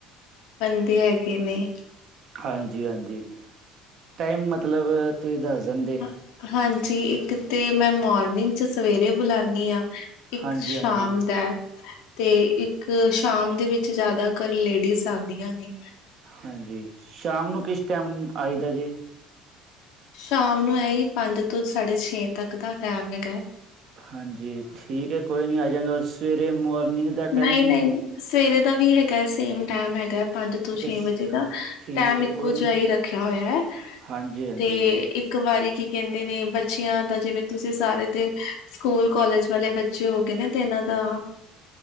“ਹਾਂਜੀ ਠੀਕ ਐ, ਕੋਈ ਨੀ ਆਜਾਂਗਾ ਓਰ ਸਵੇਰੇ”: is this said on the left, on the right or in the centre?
Right